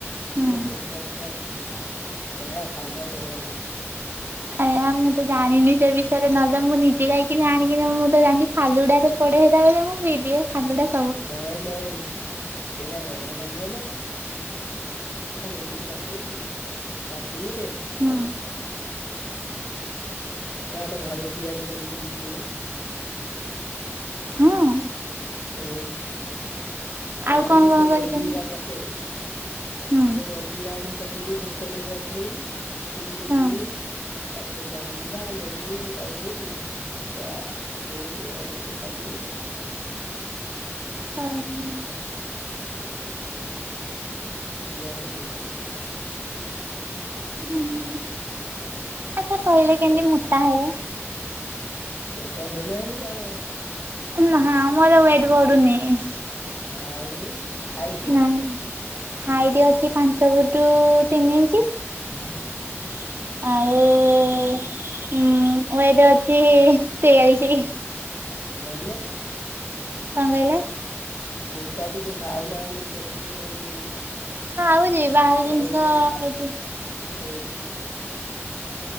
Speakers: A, on the left; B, on the right.
A: ପିଇବେ
B: ହୁଁ
A: ପେଟ ପୁରା ଥଣ୍ଡା। ବଢିଆ ସରବତ ଭଳିଆ ଲାଗି
B: ଆୟାଁ ମୁଁ ତ ଜାଣିନି ସେ ବିଷୟରେ, ନହେଲେ ମୁଁ ନିଜେ ଯାଇକି ଆଣିକିନି ମୁଁ ତ ଜାଣଛି, ଫାଲୁଡାରେ- ପଡେ ହେରା ବେଳେ ମୁଁ ପି ଦିଏ। ଫାଲୁଡା ସ
A: ନାଇଁ, ନାଇଁ, ସେଇଟା ବଢିଆ ଲାଗିବ ନା, ଲେମ୍ବୁ ପକ୍ ପକେଇକି ହେଟା ପିଇଲେ ମସ୍ତ
B: ହଁ
A: ଲାଗେ! ଏରା ଆମ ଘରେ ତିଆରି କରିକି ମୁଁ ପିଏ!
B: ହଁ!
A: ହୁଁ! ମା
B: ଆଉ
A: ଆଣିକି
B: କଣ କଣ
A: ସେ
B: କରିଛନ୍ତି
A: ମଞ୍ଜି ଗୁରା ପକେଇଦଉ।
B: ହୁଁ।
A: ମୁଁ ସେମଞ୍ଜ ଜିରା ଆଣି ପକେଇଦେବି ବୋତଲରେ ରଖିଦେବି। ଫ୍ରିଜ୍ ରେ
B: ହଁ
A: ପୁରେଇ ଦେବି। ତା'ପରେ ଜଲଜିିରା, ଲେମ୍ବୁ, ତାକୁ ଦେଇକି ପୁରା- ପକେଇଦେଇକି ଇଏକରିଦେବି, ବଢିଆ ଲାଗିବ!
B: ହଁ, ମୁଁ।
A: ହୁଁ, ପିଇବାକୁ ଭଲ ଲାଗିବ!
B: ହୁଁ, ଆଛା କହିଲ
A: ସେଟା
B: କେଁତି ମ ତାଉ
A: ଗୋଟା ହେଇନାହାଁନ୍ତି କି ଆମର?
B: ନାଁ ଆମରୱେଟ୍ ବଢୁନୀ-
A: ଆଉ ହାଇଟ୍
B: ନାଁ ହାଇଟ୍ ଅଛି, ପାଞ୍ଚ ଫୁଟୁ ତିନି ଇଞ୍ଜି! ହୁଁ ଆଉ-ଉ-ଉ, ମୁଁ ୱେଟ୍ ଅଛି ତେୟାଳିଶି!
A: ଜମା
B: କଣ କହିଲେ?
A: ମୋଟା ଟିକେ ଖାଉନାହାଁନ୍ତି, ପ୍ରୋଟିନ ଏଇ ଯୋଉ-
B: ହଁ, ଖାଉଛି, ବାହାର
A: କଣ
B: ଜିନିଷ
A: ଇଏ
B: ଏଠି ହୁଁ,
A: ସେ